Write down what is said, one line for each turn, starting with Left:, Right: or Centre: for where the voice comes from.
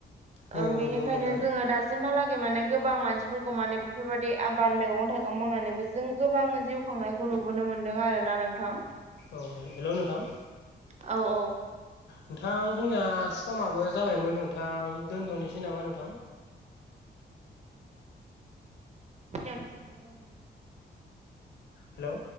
Left: औ
Right: ओ बेनिखायनो
Left: नंगौ नोंथां
Right: जोङो दा दासिमहालागै माने गोबां मानसिफोरखौ माने बेफोरबायदि आबाद मैगं थाइगं मावनानैबो जों गोबां जिउ खांनाय खौ नुबोनो मोन्दों आरो ना नोंथां।
Left: औ हेल हेलौ नोंथां।
Right: औ औ।
Left: नोंथां जोंना समाबो जाबायमोन नोंथां दोनथ'नोसै नामा नोंथां।
Right: <unintelligible>
Left: हेलौ।